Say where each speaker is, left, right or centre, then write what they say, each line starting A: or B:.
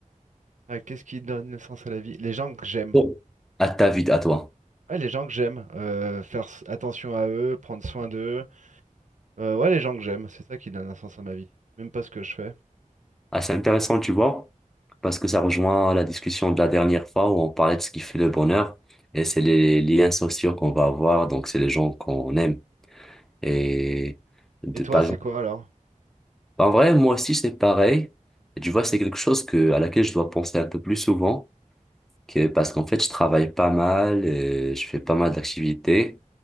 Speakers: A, on the right (about 65°); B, in the centre.
A: Ah, qu'est-ce qui donne sens à la vie? Les gens que j'aime.
B: Bon. à ta vie, à toi.
A: Ouais, les gens que j'aime. Euh, faire s- attention à eux, prendre soin d'eux. Euh, ouais, les gens que j'aime, c'est ça qui donne un sens à ma vie. Même pas ce que je fais.
B: Ah, c'est intéressant, tu vois, parce que ça rejoint la discussion de la dernière fois où on parlait de ce qui fait le bonheur, et c'est les liens sociaux qu'on va avoir, donc c'est les gens qu'on aime. Et de,
A: Et toi,
B: par
A: c'est
B: exemple,
A: quoi alors?
B: Bah, En vrai, moi aussi, c'est pareil. Et tu vois, c'est quelque chose que, à laquelle je dois penser un peu plus souvent, que, parce qu'en fait, je travaille pas mal, et je fais pas mal d'activités,